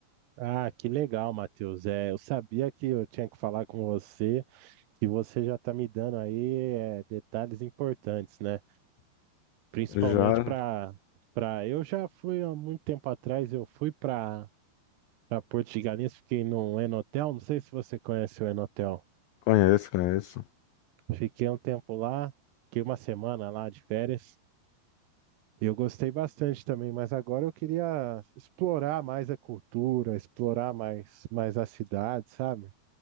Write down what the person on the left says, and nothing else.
Já
conheço, conheço.